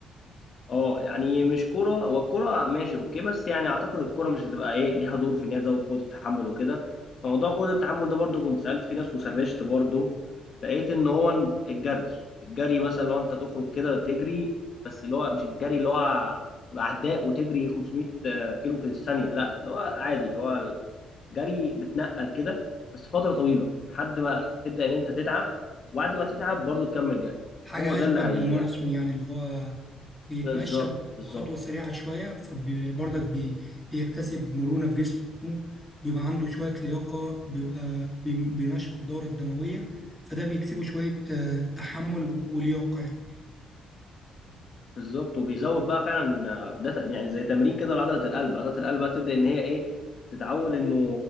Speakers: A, on the left; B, in the centre.
A: اه يعني مش كرة هو الكرة ماشي اوكي بس يعني اعتقد الكرة مش هتبقى ايه ليها دور في ان هي تزود قوة التحمل وكده فموضوع قوة التحمل ده برضو كنت سألت في ناس وسرشت برضو لقيت ان هو الجري الجري مثلا لو انت تخرج كده تجري بس اللي هو مش الجري اللي هو تبقى عداء وتجري 500 كيلو في الثانية لا اللي هو عادي اللي هو الجري بتنقل كده بس فترة طويلة لحد ما تبدأ ان انت تتعب وبعد ما تتعب برضو تكمل جري لان
B: حاجة
A: هو ده
B: أشبه
A: اللي هي
B: بالماراثون يعني اللي هو بيتمشى
A: بالظبط
B: بخطوة
A: بالظبط
B: سريعة شوية فبرضك بي بيكتسب مرونة في جسمه بيبقى عنده شوية لياقة بيبقى بي- بينشط الدورة الدموية فده بيكسبه شوية آه، تحمل و- ولياقة يعني
A: بالظبط وبيزود بقى فعلا آه، ده ت- يعني زي تمرين كده لعضله القلب عضله القلب بقى تبدا ان هي ايه تتعود انه